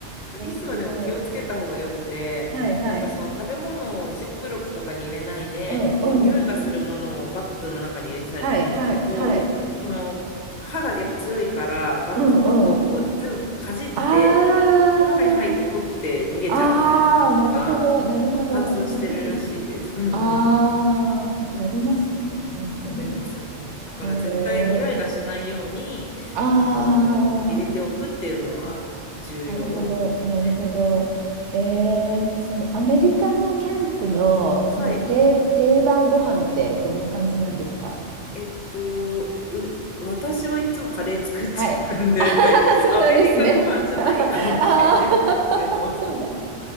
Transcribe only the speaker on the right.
ー、すごい。はいはい。
うんうん。
はいはいはい。
うんうん。ああ。
ああ、なるほど、なるほど。
すごい。
ああ、やりますね、本当に。
へえ。ああ、
なるほど、なるほど。ええ、そのアメリカのキャンプの、その定、
定番ご飯ってどんな感じなんですか
はい。あははそうなんですね。
<laughs> ああー、<laughs> そうなの。